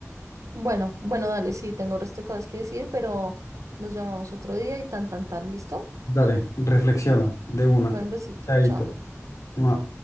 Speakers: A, on the right (about 75°); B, on the left (about 85°).
A: bueno, bueno, dale, sí, tengo resto de cosas que decir, pero nos llamamos otro día y tan, tan, tan, ¿listo?
B: Dale, reflexiona de una.
A: Bueno, Un besito,
B: Chaito.
A: chao.
B: Mua.